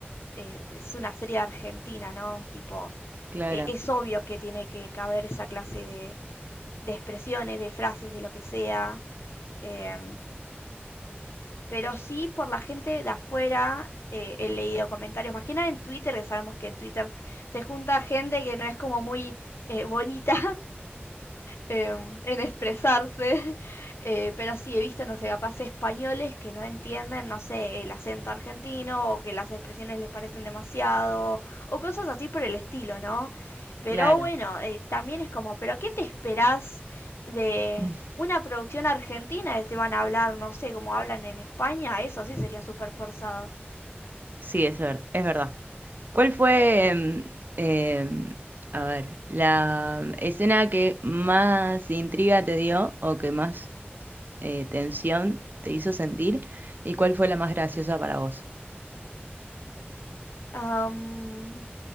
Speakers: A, on the left; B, on the right.
A: eh, es una serie argentina, ¿no? Tipo,
B: claro,
A: eh, es obvio que tiene que caber esa clase de, de expresiones, de frases, de lo que sea. eh, pero sí, por la gente de afuera, eh, he leído comentarios, más que nada en Twitter, que sabemos que en Twitter se junta gente que no es como muy eh, bonita em, en expresarse, <laughs> eh, pero sí he visto, no sé, capaz españoles que no entienden, no sé, el acento argentino o que las expresiones les parecen demasiado o cosas así por el estilo, ¿no? Pero
B: claro.
A: bueno, eh, también es como, ¿pero qué te esperás de
B: <laughs>
A: una producción argentina que te van a hablar, no sé, como hablan en España? Eso sí sería súper forzado.
B: Sí, es ver- es verdad. ¿Cuál fue, em, em, a ver, la escena que más intriga te dio o que más eh, tensión te hizo sentir? ¿Y cuál fue la más graciosa para vos?
A: Am,